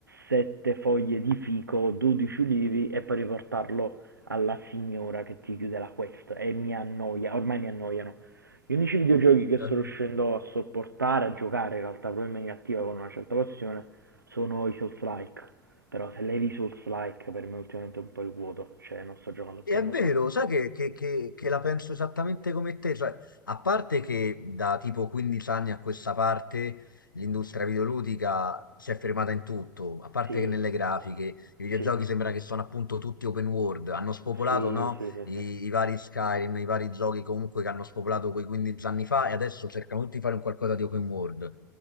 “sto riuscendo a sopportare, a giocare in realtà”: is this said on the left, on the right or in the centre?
Right